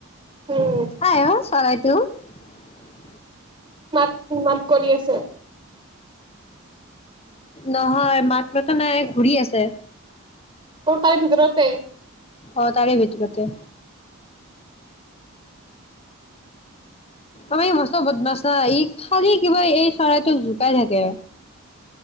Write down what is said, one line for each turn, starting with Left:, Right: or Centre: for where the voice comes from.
Right: উম
Left: অ', <unintelligible> <unintelligible>
Right: <unintelligible> কৰি আছে।
Left: নহয় মাত মাতা নাই ঘূৰি আছে।
Right: ও তাৰ ভিতৰতে।
Left: অ তাৰে ভিতৰতে। আমাৰ ই মছতো বদমাছ না ই খালি কিবা এই চৰাইটোক জোকাই থাকে।